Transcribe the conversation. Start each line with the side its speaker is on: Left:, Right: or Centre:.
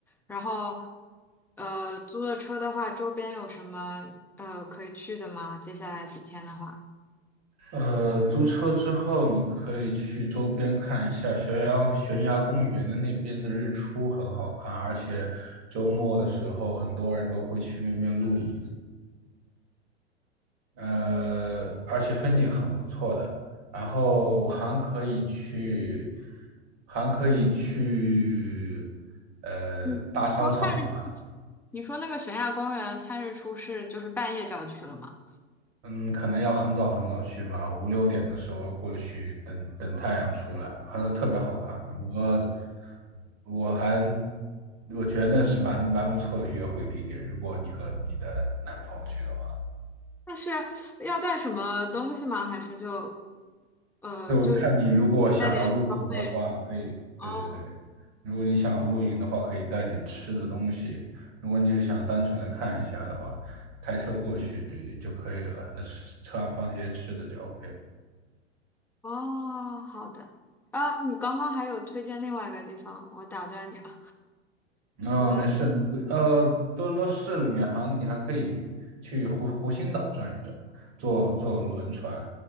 Centre: 然后呃租了车的话，周边有什么呃可以去的吗？接下来几天的话，
Right: 呃，租车之后，你可以去周边看一下悬崖悬崖公园的那边的日出，很好看，而且周末的时候，很多人都会去那边露营，呃，而且风景很不错的。然后还可以去，还可以去，呃，
Centre: 你你说看日出，
Right: 大商场吧。
Centre: 你说那个悬崖公园看日出是就是半夜就要去了吗？
Right: 嗯，可能要很早很早去吧，五六点的时候过去等，等太阳出来，还是特别好看的。我我还我觉得那是蛮蛮不错的约会地点，如果你和你的男朋友去的话，
Centre: 但是要带什么东西吗？还是就呃就
Right: 就看你如果想要露营的话，
Centre: 带点装备什么？
Right: 可以，
Centre: 哦
Right: 对对对，如果你想要露营的话，可以带点吃的东西。如果你就是想单纯的看一下的话，开车过去就可以了，在吃车上放些吃的就 OK。
Centre: 哦，好的。啊，你刚刚还有推荐另外一个地方，我打断你了。
Right: 啊、
Centre: 除了
Right: 没事，你可呃，多伦多市里面还你还可以去湖湖心岛转一转，坐坐轮船，
Centre: 嗯